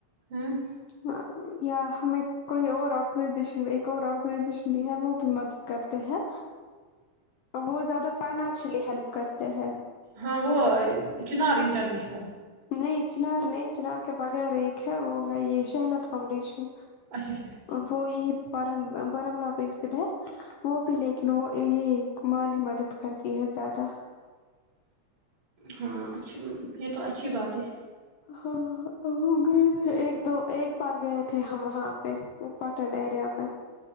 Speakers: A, on the right; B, on the left.
A: امم
B: ہاں یا ہمیں کوئی اور آرگنائزیشن بھی ایک اور آرگنائزیشن بھی ہے وہ بھی مدد کرتے ہیں وہ زیادہ فائنانشلی ہیلپ کرتے ہیں
A: ہاں وہ آیے چنار انٹرنیشنل
B: نہیں چنار نہیں چنار کے بغیر ایک ہے وہ ہے یہ شہلت فاؤنڈیشن
A: اچھا اچھا
B: وہ یہی <unintelligible> وہ بھی لیکن وہ یے مالی مدد کرتی ہے زیادہ
A: ہاں اچھا یے تو اچھی بات ہے
B: ہاں ہم گئے تھے ایک دو ایک بار گئے تھے ہم وہاں پے پٹن ایریا میں